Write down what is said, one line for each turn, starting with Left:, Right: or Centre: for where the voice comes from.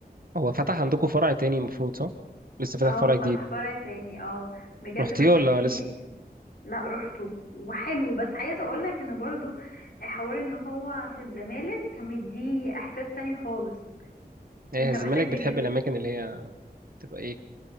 Right: هو فتح عندكم فرع تاني المفروض صح لسه فتح
Left: اه
Right: فرع جديد
Left: فتح فرع تاني اه بجد
Right: رحتيه
Left: محتاج
Right: ولا
Left: تيجي
Right: لسه
Left: لا روحته وحلو بس عايزه اقول لك ان برضو حوار ان هو في الزمالك كان مديه احساس تاني خالص
Right: ايه
Left: انت
Right: الزمالك
Left: محتاج
Right: بتحب
Left: بجد
Right: الاماكن اللي هي تبقى ايه